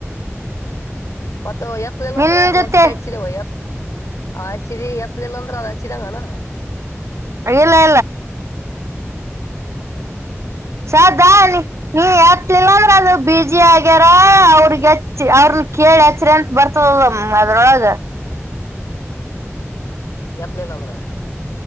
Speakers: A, on the left; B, on the right.
A: ಮತ್ತ ಎತ್ಲ ಇಿಲ್ಲ
B: ನಿನ್
A: ಅಂದ್ರೆ
B: ಜೊತೆ
A: ಒಂದ್ಸತಿ ಹೆಚ್ಚಿದೇವ ಎತ್ ಆ ಅಚ್ಚಿರಿ ಎತ್ಲಿಲ್ಲ ಅಂದ್ರೆ ಅದು ಅಚ್ಚಿಿದಂಗನಾ
B: ಅಲ್ಲ ಶದ ನೀ ನೀ ಎತ್ತಲಿಲ್ಲ ಅಂದ್ರ ಅದು ಬಿಜಿ ಆಗ್ಯಾರ ಅವ್ರಗ್ಚ್ಚಿ ಅವ್ರನ್ ಕೇಳಿ ಹೆಚ್ಚ್ರಿ ಅಂತ ಬರ್ತದ ಅದ್ರೊಳಗೆ
A: ಎತ್ಲ ಇಿಲ್ಲ ಅಂದ್ರ